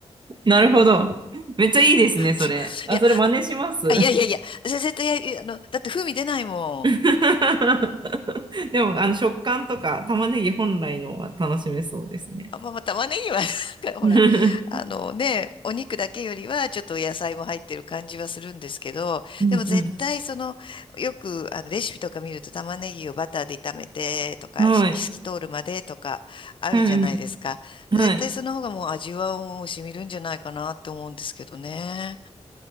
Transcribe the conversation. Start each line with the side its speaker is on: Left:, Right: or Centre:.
Right: なるほど。めっちゃいいですね、それ。
Left: そういや、
Right: あ、それ真似します。
Left: あ、いやいやいや、先生と、いや、いやあの、だって風味出ないもん。
Right: <laughs> でも、あの、食感とか玉ねぎ本来のが楽しめそうですね。
Left: あ、まあ、まあ玉ねぎは <laughs> なんかほら、
Right: <laughs>
Left: あのね、お肉だけよりはちょっと野菜も入ってる感じはするんですけど、
Right: うんう
Left: でも絶対その、よくあのレシピとか見ると玉ねぎをバターで炒めてとか、
Right: ん。はい。
Left: し透き通るまでとかあるじゃないですか。
Right: うん
Left: 絶対その方がもう味はもう染みるんじゃないかなって思うんですけどね。
Right: うん。はい。